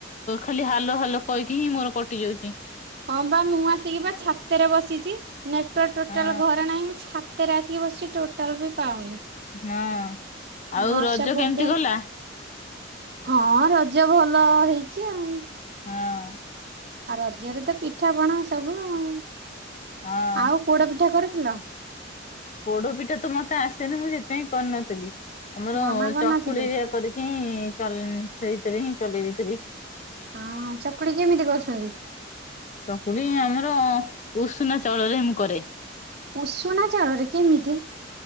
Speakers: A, on the left (about 40°); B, on the right (about 50°).
A: ଖାଲି ହାଲୋ ହାଲୋ କହିକି ହିଁ ମୋର କଟି ଯାଉଛି।
B: ହଁ ବା ମୁଁ ଆସିକି ବା ଛାତରେ ବସିଚି। ନେଟୱାର୍କ ଟୋଟାଲ୍
A: ହଁ
B: ଘରେ ନାହିଁ ଛାତ ଉପରେ ଆସିକି ବସିଛି ଟୋଟାଲ ବି ପାଉନି।
A: ହଁ ଆଉ
B: ବର୍ଷା
A: ରଜ
B: ପ୍ରୋବ୍ଲେମ
A: କେମିତି ଗଲା।
B: ହଁ ରଜ ଭଲ ହେଇଛି ଆଉ।
A: ହଁ ଅଁ
B: ଆଉ ରଜରେ ତ ପିଠାପଣା ସବୁ ଆଉ
A: ହଁ
B: ଆଉ ପୋଡପିଠା କରେ। ରି ଥିଲ?
A: ପୋଡପିଠା ତ ମତେ ଆସେନି ମୁଁ ସେଥିପାଇିଁ କରିନଥିଲି। ଆମର
B: ମାମା କରିନଥିଲେ?
A: ଚକୁଳି କରିକି ହିଁ ସେ ସେଥିରେ ହିଁ ଚଲେଇ ଦେଇଥିଲି।
B: ହଁ ଚକୁଲି କେମିତି କରୁଛନ୍ତି।
A: ଚକୁୁଳି ଆମର ଉଷୁନା ଚାଉଳରେ ମୁଁ କରେ
B: ଉଷୁନା ଚାଉଳରେ କେମିତି?